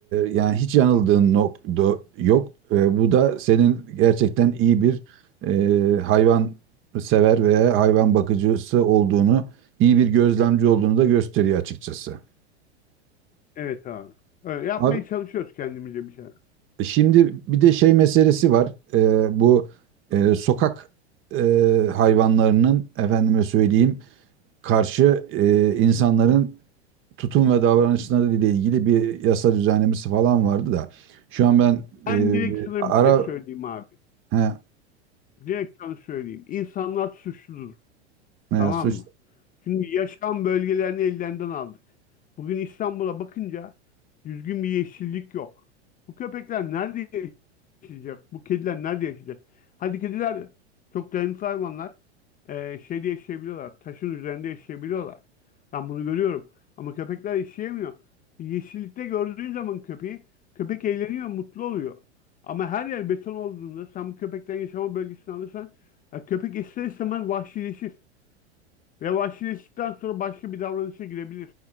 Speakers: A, on the right; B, on the left.
A: yani hiç yanıldığın nokta yok. Ee, bu da senin gerçekten iyi bir e, hayvan sever veya hayvan bakıcısı olduğunu, iyi bir gözlemci olduğunu da gösteriyor açıkçası.
B: Evet abi. Öyle yapmaya
A: Abi
B: çalışıyoruz kendimize bir şeyler.
A: şimdi bir de şey meselesi var. Ee, bu e, sokak e, hayvanlarının efendime söyleyeyim karşı e, insanların tutum ve davranışları ile ilgili bir yasa düzenlemesi falan vardı da şu an ben
B: Ben
A: e,
B: direkt sana
A: ara
B: bir şey söyleyeyim abi.
A: he,
B: Direkt sana söyleyeyim. İnsanlar suçludur.
A: he,
B: Tamam
A: suç
B: mı? Şimdi yaşam bölgelerini ellerinden aldık. Bugün İstanbul'a bakınca düzgün bir yeşillik yok. Bu köpekler nerede yaşayacak? Bu kediler nerede yaşayacak? Hadi kediler çok dayanıklı hayvanlar. Ee, şeyde yaşayabiliyorlar. Taşın üzerinde yaşayabiliyorlar. Ben bunu görüyorum. Ama köpekler yaşayamıyor. Yeşillikte gördüğün zaman köpeği, köpek eğleniyor, mutlu oluyor. Ama her yer beton olduğunda sen bu köpekten yaşama bölgesini alırsan ya köpek ister istemez vahşileşir. Ve vahşileştikten sonra başka bir davranışa girebilir.